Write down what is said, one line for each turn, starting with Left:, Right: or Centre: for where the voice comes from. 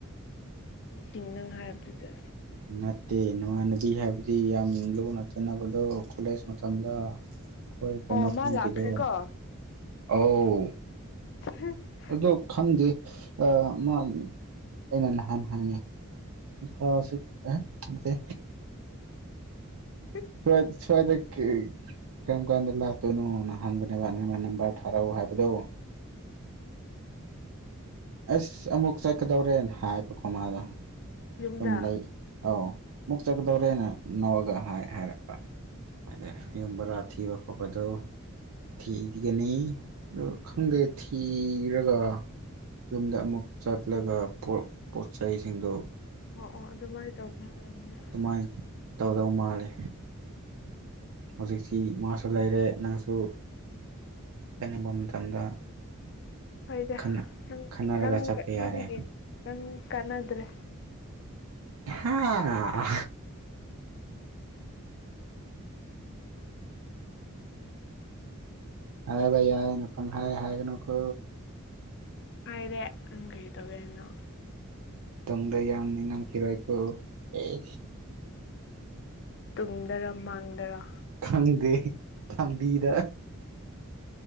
Left: ꯏꯃꯥꯟꯅꯕꯤꯁꯤꯡ ꯅꯪ ꯍꯥꯏꯕꯗꯨꯗ
Right: ꯅꯠꯇꯦ ꯅꯃꯥꯟꯅꯕꯤ ꯍꯥꯏꯕꯗꯤ ꯌꯥꯝ ꯂꯨꯅ ꯇꯦꯅꯕꯗꯣ ꯀꯣꯂꯦꯖ ꯃꯇꯝꯗ ꯈꯣꯏ ꯀꯩꯅꯣ
Left: ꯑꯣ ꯃꯥ
Right: ꯈꯨꯟꯒꯤꯗꯣ
Left: ꯂꯥꯛꯈ꯭ꯔꯦꯀꯣ
Right: ꯑꯧ
Left: <unintelligible>
Right: ꯑꯗꯣ ꯈꯪꯗꯦ ꯑ ꯃꯥ ꯑꯩꯅ ꯅꯍꯥꯟ ꯍꯪꯉꯦ ꯏꯐꯥ ꯁꯤꯛ ꯑꯦ ꯅꯠꯇꯦ
Left: <inaudible>
Right: ꯁ꯭ꯋꯥꯏ ꯁ꯭ꯋꯥꯏꯗ ꯀꯦ ꯀꯔꯝ ꯀꯥꯟꯗ ꯂꯥꯛꯇꯣꯏꯅꯣꯅ ꯍꯪꯕꯅꯦꯕ ꯅꯪꯅ ꯅꯝꯕꯔ ꯊꯥꯔꯧ ꯍꯥꯏꯕꯗꯣ
Left: <inaudible>
Right: ꯑꯁ ꯑꯃꯨꯛ ꯆꯠꯀꯗꯧꯔꯦꯅ ꯍꯥꯏꯕꯀꯣ ꯃꯥꯗꯣ
Left: ꯌꯨꯝꯗ
Right: ꯑꯗꯨꯨꯝ ꯂꯩ ꯑꯧ ꯃꯨꯛ ꯆꯠꯀꯗꯧꯔꯦꯅ ꯅꯧꯔꯒ ꯍꯥꯏ ꯍꯥꯏꯔꯛꯄ ꯑꯗ ꯌꯨꯝ ꯕꯔꯥ ꯊꯤꯕ ꯈꯣꯠꯄꯗꯣ ꯊꯤꯕꯤꯒꯅꯤ ꯗꯨ ꯈꯪꯗꯦ ꯊꯤꯔꯒ ꯌꯨꯝꯗ ꯑꯃꯨꯛ ꯆꯠꯂꯒ ꯄꯣꯔꯛ ꯄꯣꯠ ꯆꯩꯁꯤꯡꯗꯣ
Left: ꯑꯣ ꯑꯣ ꯑꯗꯨꯃꯥꯏ ꯇꯧꯅꯦ ꯍꯥꯏꯕ꯭ꯔ <unintelligible>
Right: ꯃꯥꯏꯟ ꯇꯧꯗꯧ ꯃꯥꯜꯂꯦ ꯍꯧꯖꯤꯛꯁꯤ ꯃꯥꯁꯨ ꯂꯩꯔꯦ ꯅꯪꯁꯨ ꯆꯅꯤꯡꯕ ꯃꯇꯝꯗ
Left: ꯍꯣꯏꯗ
Right: ꯈꯟꯅ
Left: ꯅꯪ
Right: ꯈꯟꯅꯔꯒ
Left: ꯅꯪ
Right: ꯆꯠꯄ
Left: ꯅꯪꯒꯤ
Right: ꯌꯥꯔꯦ
Left: ꯅꯪ ꯀꯥꯟꯅꯗ꯭ꯔꯦ
Right: ꯍꯥ ꯍꯥꯏꯕ ꯌꯥꯏꯅ ꯄꯪꯍꯥꯏ ꯍꯥꯏꯒꯅꯨꯀꯣ
Left: ꯍꯥꯏꯔꯦ ꯎꯝ ꯀꯩ ꯇꯧꯒꯦ ꯍꯥꯏꯅꯣ
Right: ꯇꯨꯡꯗ ꯌꯥꯝ ꯅꯤꯡꯉꯝꯈꯤꯔꯣꯏ ꯑꯦ
Left: ꯇꯨꯡꯗꯔꯥ ꯃꯥꯡꯗꯔꯥ
Right: ꯈꯪꯗꯦ ꯂꯝꯕꯤꯗ